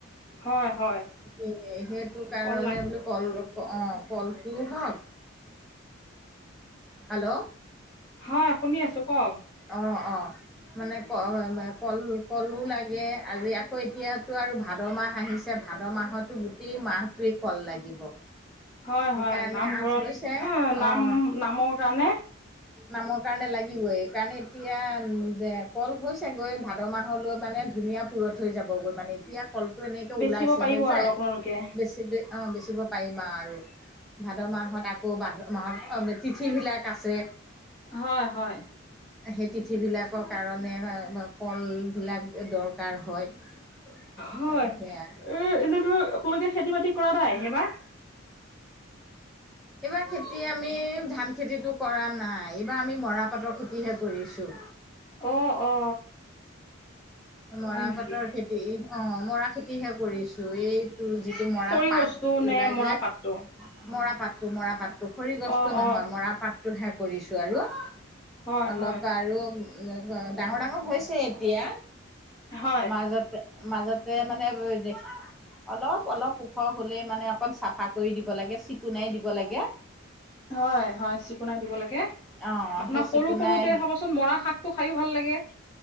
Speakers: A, on the left (about 15°); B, in the centre.
A: হয় হয়।
B: সেইটো হে, সেইটো কাৰণে
A: কল লাগ
B: বোলো, কল অ কলটো হওঁক। হেল্ল'
A: হয় শুনি আছোঁ। কওঁক?
B: অ অ। মানে ক কল কলো লাগে, আজি আকৌ এতিয়াতো আৰু ভাদ মাহ আহিছে। <unintelligible> যে ভাদ মাহতো গোটেই মাহটোৱে কল লাগিব।
A: হয়
B: সেইকাৰণে
A: হয় নামঘৰত,
B: আচ হৈছে অঁ
A: নাম নামৰ কাৰণে।
B: নামৰ কাৰণে লাগিবই। কাৰণে এতিয়া কল হৈছেগৈ, ভাদ মাহলৈ মানে ধুনীয়া পুৰঠ হৈ যাব গৈ মানে এতিয়া কলটো এনেকে
A: বেচিব
B: ওলাইছেহে
A: পাৰিব
B: যে।
A: আৰু আপোনালোকে
B: বেছি অ বেচিব পাৰিম আ আৰু। ভাদ মাহত আকৌ ভাদ মাহত তিথিবিলাক আছে।
A: হয় হয়।
B: সেই তিথি বিলাকৰ কাৰণে কল বিলাক দৰকাৰ হয়।
A: হয়। এ
B: সেয়া
A: এনে ধৰক আপোনালোকে খেতি বাতি কৰা নাই এইবাৰ?
B: এইবাৰ খেতি আমি ধান খেতিটো কৰা নাই, এইবাৰ আমি মৰাপাটৰ খেতিহে কৰিছোঁ।
A: অ অ।
B: মৰা
A: হয় নেকি
B: পাটৰ খেতি। অ, মৰা খেতিহে কৰিছো। এই টো যিটো মৰা
A: খৰি
B: পাত
A: গছটো নে
B: ওলাই
A: মৰা
B: যে।
A: পাতটো
B: মৰা পাতটো, মৰা পাত পুখুৰী গছটো
A: অ
B: নহয়,
A: অ
B: মৰা পাতটোহে কৰিছো আৰু।
A: হয়
B: অলপ
A: হয়
B: আৰু অ ডাঙৰ- ডাঙৰ হৈছে এতিয়া।
A: হয়
B: মাজতে, মাজতে মানে দে অলপ অলপ ওখ হলেই মানে অকণ চাফা কৰি দিব লাগে, চিকুণাই দিব লাগে।
A: হয়, হয়, চিকুনাই দিব লাগে।
B: অ
A: আপোনাৰ
B: সেই
A: সৰু-সৰুতে
B: চিকুণাই
A: চাবচোন মৰা শাকটো খাইও ভাল লাগে।